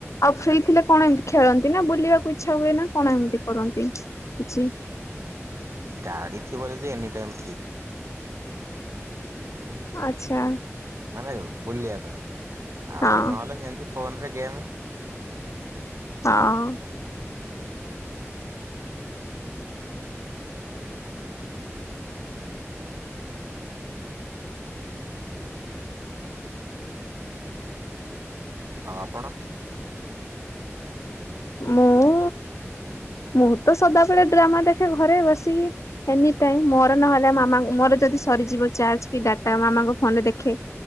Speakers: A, on the left; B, on the right.
A: ଆଉ ଫ୍ରି ଥିଲେ କଣ ଏମିତି ଖେଳନ୍ତି ନା ବୁଲିବାକୁ ଇଚ୍ଛା ହୁଏ ନା କଣ ଏମିତି କରନ୍ତି କିଛି?
B: ଗାଡ଼ି ଥିବ ଯଦି ଏନି ଟାଇମ୍ ଫ୍ରି।
A: ଆଛା।
B: ମାନେ ବୁଲିବା ପାଇଁ ଆଉ
A: ହଁ
B: ନହେଲେ ସେମତି ଫୋନରେ ଗେମ୍।
A: ଆଁଅ
B: ଆଉ ଆପଣ?
A: ମୁଁ ମୁଁ ତ ସଦାବେଳେ ଡ୍ରାମା ଦେଖେ ଘରେ ବସିକି। ଏନିଟାଇମ୍ ମୋର ନହେଲେ ମାମା ମୋର ଯଦି ସରିଯିବ ଚାର୍ଜ କି ଡ଼ାଟା ମାମାଙ୍କ ଫୋନରେ ଦେଖେ।